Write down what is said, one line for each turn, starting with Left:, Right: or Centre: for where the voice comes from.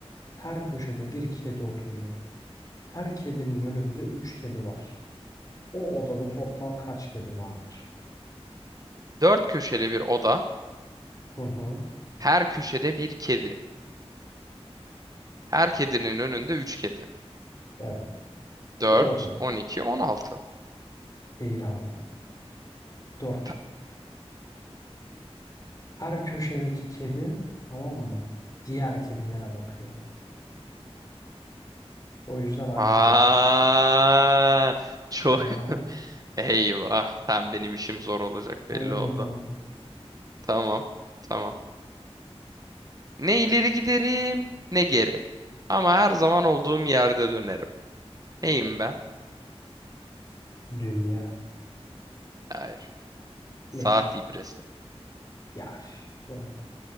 Left: Her köşede bir kedi oturuyor. Her kedinin önünde üç kedi var. O odada toplam kaç kedi vardır?
Right: Dört köşeli bir oda.
Left: Hı hı.
Right: Her köşede bir kedi. Her kedinin önünde üç kedi.
Left: Evet.
Right: Dört,
Left: O oda
Right: on iki, on altı.
Left: değil abi. Dört.
Right: Ta-
Left: Her köşedeki kedi tamam mı? Diğer kedilere bakıyor. O yüzden aynı
Right: Aa,
Left: kedi.
Right: çok
Left: Ya
Right: Eyvah. Tam benim işim zor olacak
Left: hadi
Right: belli oldu.
Left: bakalım.
Right: Tamam. Tamam. Ne ileri giderim ne geri. Ama her zaman olduğum yerde dönerim. Neyim ben?
Left: Dünya.
Right: Hayır. Saat
Left: Ney?
Right: ibresi.
Left: Ya üf, o ne öyle.